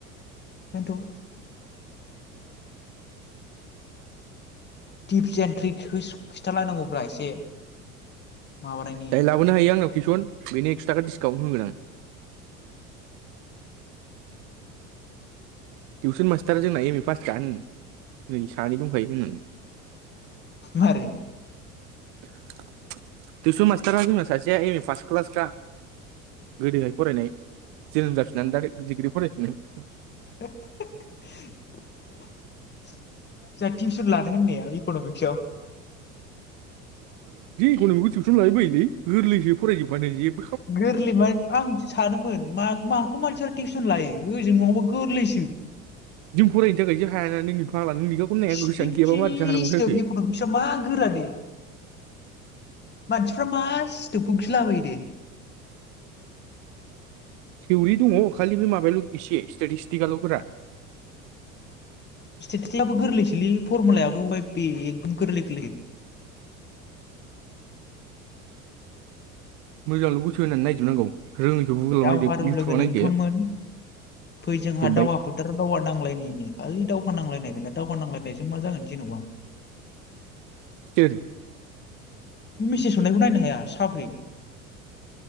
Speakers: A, on the left; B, on the right.
A: बेनथ टिप्स एन्ड ट्रिक्सखौ खिथाालायनांगौब्रा एसे। माबानायनि
B: जाय लाबोनो हायो आंनो टिउसन बेनि एक्सट्रा डिसकाउन्ट होगोन आं। टिउसन मास्टारा जोंना एम ए पास खा होन नै सानै दंखायो होनानै
A: मारै
B: <unintelligible> टिउसन मास्टारा जोंना सासेया एम ए फार्स्ट क्लासखा गोदोहाय फरायनाय जोनोम जाफिननानै दा डिग्रि फरायफिननाय।
A: <unintelligible> जा टिउसन लानो होननाया इकनमिक्साव।
B: इकनमिक्सखौनो टिउसन लायो बायो लै गोरलैसो फरायजोबबानो जेब
A: गोरलै मान आं सानोमोन मा - माखौ मानसिया टिउसन लायो ओजों नङाबा गोरलैसो।
B: जों फरायिनि थाखायसो जों हायाना नोंनि फाग्ला
A: <unintelligible>
B: नों लेखाखौनो नाया गोसोआनो गैयाबा मारैथो हानांगौ जाखो
A: मा गोरा दे। मानसिफ्रा मा <unintelligible> गिलाबायो दे।
B: थिउरि दङ खालि बे माबायाल इसे स्टेटिस्टिकाल गोरा।
A: स्टेटिस्टिकालाबो गोरलैसोलै फरमुलायाबो वाय बे एकदम गोरलै गोरलै।
B: मोजांल गोसो होनानै नायजोबनांगौ। रोङैखौ गुगोलाव
A: दावहारु
B: नायदो इउटुबाव
A: लोगो नोंथांमोन
B: नायदो
A: फै जोंहा
B: जोब्बाय
A: दावहा फोथाराव दावहा नांलायनिनो। खालि दावहा नांलायनाय बेना दावहा नांलायनायजों मा जागोन जेनबा।
B: सोर
A: मेसेज हरनायखौ नायनो हाया साफ्रि।